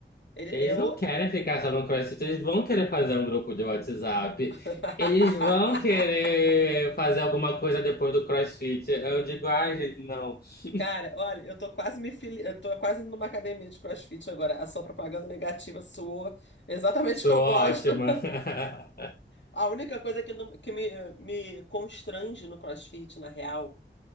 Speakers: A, on the left (about 75°); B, on the left (about 55°).
A: Ele
B: Eles
A: é o.
B: não querem ficar só no CrossFit, eles vão querer fazer um grupo de WhatsApp.
A: <laughs>
B: Eles vão querer fazer alguma coisa depois do CrossFit. Eu digo, ai, gente, não. <laughs>
A: Cara, olha, eu tô quase me fili... eu tô quase indo numa academia de CrossFit agora. A sua propaganda negativa soou exatamente
B: Sou
A: o que eu
B: ótima.
A: gosto.
B: <laughs>
A: A única coisa que, não- que me, me constrange no CrossFit, na real,